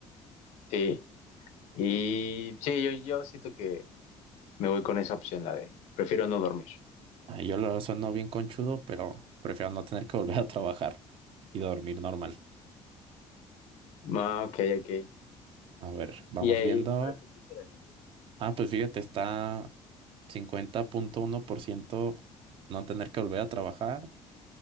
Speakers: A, on the left (about 80°); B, on the right (about 50°).
A: Sí, y sí, yo, yo siento que me voy con esa opción, la de prefiero no dormir.
B: Ah, Yo la verdad sueno bien conchudo, pero prefiero no tener que volver a trabajar y dormir normal.
A: Ah, ok, ok.
B: A ver, vamos
A: Y ahí,
B: viendo.
A: a ver qué dice la gente.
B: Ah, pues fíjate, está cincuenta punto uno por ciento no tener que volver a trabajar